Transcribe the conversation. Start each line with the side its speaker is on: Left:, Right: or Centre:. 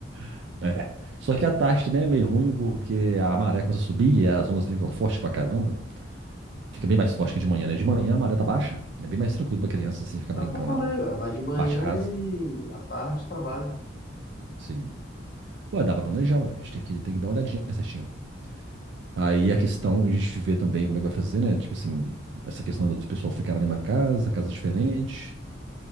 Right: <laughs> é. Só que a tarde também é meio ruim porque a maré começa a subir e as ondas ficam fortes pra caramba. Fica bem mais forte que de manhã, né? De manhã a maré tá baixa, é bem mais tranquilo pra criança assim ficar
Left: É
Right: brincando
Left: o que eu falei,
Right: lá no
Left: ué, vai de manhã
Right: parte rasa.
Left: e à tarde trabalha.
Right: sim ué, dá pra planejar, ué. A gente tem que, tem que dar uma olhadinha certinho. Aí a questão, a gente vê também como é que vai fazer, né? Tipo assim, essa questão do pessoal ficar na mesma casa, casa diferente.